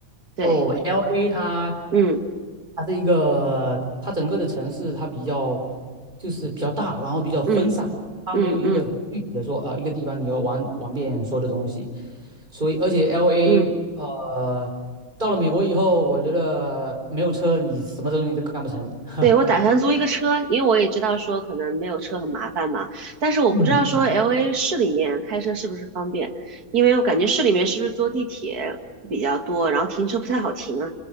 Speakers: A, on the right (about 50°); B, on the right (about 20°).
A: 对，
B: 哦，LA 它
A: 嗯
B: 它是一个，它整个的城市它比较就是比较大，然后比较分散，
A: 嗯。
B: 它没有一个很具体的说啊、
A: 嗯嗯
B: 呃一个地方你要玩玩遍所有的东西，所以而且 LA
A: 嗯，
B: 呃，到了美国以后，我觉得没有车你什么东西都干不成。<laughs> 哈，
A: 对，我打算租一个车，因为我也知道说可能没有车很麻烦嘛，但是我不知道说
B: 嗯
A: LA 市里面开车是不是方便，因为我感觉市里面是不是坐地铁比较多，然后停车不太好停啊，